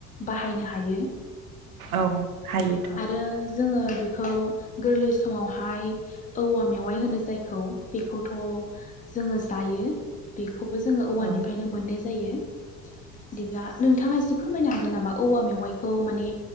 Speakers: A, on the left; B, on the right.
A: बाहायनो हायो।
B: औ हायोथ'।
A: आरो जोङो बेखौ गोरलै समावहाय औवा मेवाइ होनो जायखौ बेखौथ' जोङो जायो। बे खौबो जोङो औवानिफ्रायनो
B: औ
A: मोननाय जा जायो। बिदिब्ला नोंथाङा एसे फोरमायनो हागोन नामा औवा मेवाइखौ माने